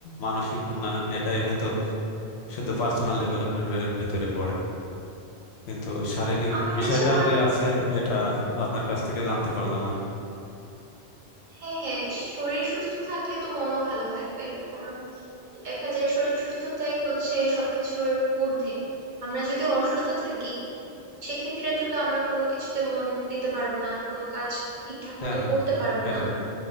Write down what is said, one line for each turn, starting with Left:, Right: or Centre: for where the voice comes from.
Left: মানসিক উন্নয়ন এটাই হয়তো শুধু পার্সোনাল ডেভেলপমেন্টের ভিতরে পড়ে কিন্তু শারীরিক
Right: আমার
Left: বিষয়টাও
Right: কাছে মনে
Left: যে আছে
Right: হয়
Left: এটা আপনার কাছ থেকে জানতে পারলাম আর কি
Right: হ্যাঁ হ্যাঁ শরীর সুস্থ থাকলে তো মনও ভালো থাকবে কারণ দেখা যায় শরীর সুস্থতাই হচ্ছে সবকিছুর ঊর্ধ্বে আমরা যদি অসুস্থ থাকি সেক্ষেত্রে তো তো আমরা কোনো কিছুতে মন দিতে পারবো না কোনো কাজ ঠিকঠাক
Left: হ্যাঁ
Right: মতো
Left: হ্যাঁ
Right: করতে পারবো
Left: সেটাই
Right: না